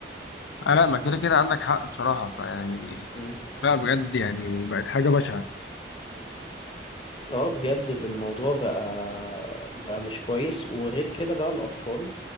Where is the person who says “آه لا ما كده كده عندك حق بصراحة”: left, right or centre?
Left